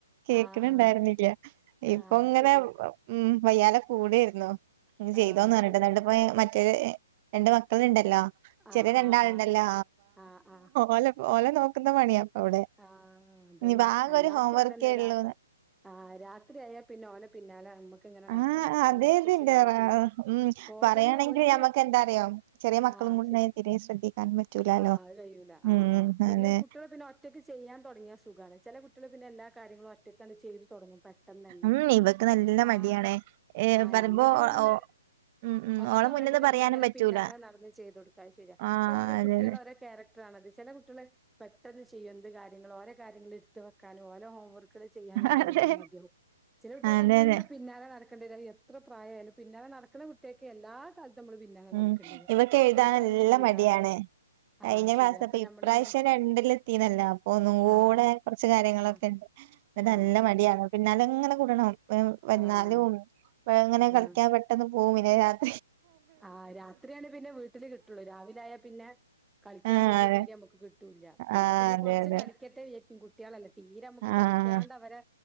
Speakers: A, on the right; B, in the centre.
A: കേക്കണുണ്ടായിരുന്നില്ല
B: ആഹ് ആഹ്
A: ഇപ്പം
B: ആഹ്
A: ഇങ്ങനെ
B: ശരിയാ
A: ഉം വയ്യാലെ കൂടായിരുന്നു ഉം ചെയ്തോന്ന്
B: ആഹ്
A: പറഞ്ഞിട്ട്
B: ശരി
A: <unintelligible> അപ്പൊ മറ്റരു രണ്ട് മക്കളിണ്ടല്ലോ ചെറിയ
B: ആഹ്
A: രണ്ടാളുണ്ടല്ലോ
B: ആഹ് ആഹ് ആഹ് ആഹ്
A: ഓലെ ഓലെ നോക്കുന്ന പണിയാ ഇപ്പൊ ഇവിടെ
B: ആഹ് അതന്നെ
A: ഇനിയിപ്പ ആകെ
B: എല്ലാർക്കും
A: ഒരു ഹോം വർക്കേ
B: അതന്നെ
A: ഉള്ളൂന്ന്
B: രാ ആഹ് രാത്രിയായാ പിന്നെ ഓലെ പിന്നാലെ നമ്മുക്കിങ്ങനെ നടക്കണം
A: ആഹ് അതെ
B: ഹോം വർക്ക്
A: അതിന്റെ
B: ചെയ്താ ചെയ്ത്
A: ഉം
B: പോകുന്ന
A: പറയാണെങ്കിൽ
B: ഓൽക്ക്
A: ഞമ്മക്ക് എന്താറിയോ ചെറിയ മക്കളും
B: ആഹ്
A: കൂടിണ്ടായ
B: ശ
A: തീരെ ശ്രദ്ധിക്കാൻ പറ്റൂലാലോ
B: ആഹ് അത് കഴിയൂല
A: ഉം
B: ആഹ് ആഹ് പിന്നെ
A: അതെ
B: കുട്ടികൾ പിന്നെ ഒറ്റയ്ക്ക് ചെയ്യാൻ തൊടങ്ങിയാ സുഖാണ് ചെല കുട്ടികള് പിന്നെ എല്ലാ കാര്യങ്ങളും ഒറ്റക്കണ്ട് ചെയ്തു തുടങ്ങും പ <unintelligible> തന്നെ
A: ഉം ഇവക്ക് നല്ല
B: ആഹ്
A: മടിയാണേ ഏഹ്
B: ആഹ്
A: പറയുമ്പോ
B: ഞമ്മളത് പിന്നെ
A: ഓ ഉം ഉം
B: ഒക്കെ
A: ഓളെ മുന്നിന്ന്
B: വേണ്ടിവരും
A: പറയാനും
B: നമ്മളിങ്ങനെ
A: പറ്റൂല
B: പിന്നാലെ നടന്നു ചെയ്തു കൊടുക്കാ ശരിയാ
A: ആഹ്
B: ഓരോ
A: അതെ
B: കുട്ടികളെ ഓരോ ക്യാരക്ട ടറാണത് ചെല കുട്ടികള് പെട്ടെന്ന് ചെയ്യും എന്ത് കാര്യങ്ങളും ഓരോ കാര്യങ്ങൾ എടുത്തോ <unintelligible> ഓലെ ഹോംവർക്കുകള് ചെയ്യാനൊക്കെ
A: അതെ
B: ഓരന്ന മതിയാവും ചില കുട്ടികക്ക്
A: അതെ
B: നമ്മളിങ്ങ
A: അതെ
B: പിന്നാലെ നടക്ക <unintelligible> എത്ര പ്രായായാലും പിന്നെ നടക്കണ കു കുട്ടികക്ക് എല്ലാ കാലത്തും നമ്മളും പിന്നാലെ
A: ഉം
B: നടക്കേണ്ടി വരും
A: ഇവക്ക് എഴുതാൻ
B: ഓല് സ്വയം
A: നല്ല
B: ചെയ്യൂല
A: മടിയാണ്
B: ആഹ്
A: കഴിഞ്ഞ
B: അത്
A: ക്ലാസ്
B: ശരിയാ അപ്പം
A: അപ്പൊ
B: ഞമ്മളിങ്ങനെ
A: ഇപ്രാവശ്യം <unintelligible> അപ്പൊ ഒന്നും കൂടെ
B: ആഹ്
A: കൊറച്ച് കാര്യങ്ങളൊക്കെ
B: ആഹ്
A: ഉണ്ട് പിന്നെ
B: ആഹ്
A: നല്ല
B: ശരിയാണ്
A: മടിയാണോല് പിന്നാലെ ഇങ്ങനെ കൂടണം വന്നാലും
B: ആഹ്
A: എങ്ങനെ
B: ആഹ്
A: കളിക്കാൻ പെട്ടെന്ന് പോകും <unintelligible>
B: ആഹ് രാത്രിയായോണ്ട് പിന്നെ വീട്ടില് കിട്ടുള്ളൂ രാവിലെ ആയാ പിന്നെ കളിക്കാൻ
A: ആഹ്
B: പോകുമ്പോ
A: അതെ
B: തീരെ നമുക്ക് കിട്ടൂല്ല പിന്നെ
A: ആഹ്
B: പിന്നെ
A: അതെ
B: കൊറച്ച്
A: അതെ
B: കളി ക്കട്ടെ വിചാരിക്കും കുട്ടികളല്ലേ തീരെ നമ്മക്ക്
A: ആഹ്
B: കളിക്കാണ്ട് അവരെ